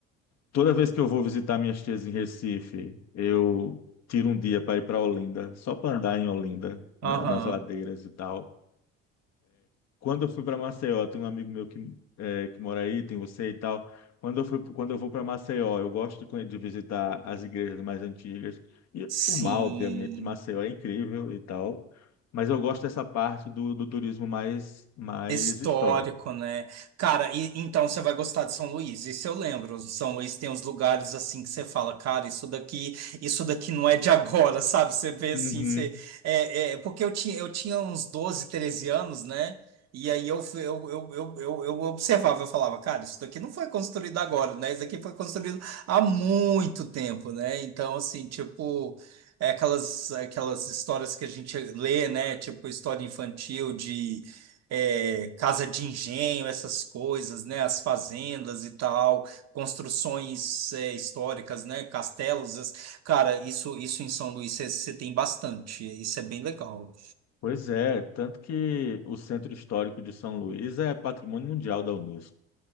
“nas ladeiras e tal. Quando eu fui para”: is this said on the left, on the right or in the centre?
Left